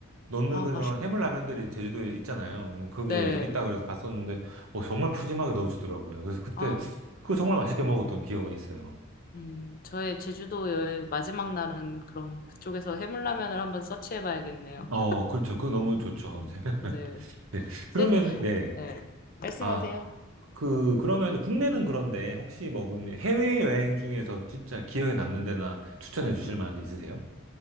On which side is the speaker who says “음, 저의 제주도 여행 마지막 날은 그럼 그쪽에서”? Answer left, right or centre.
Left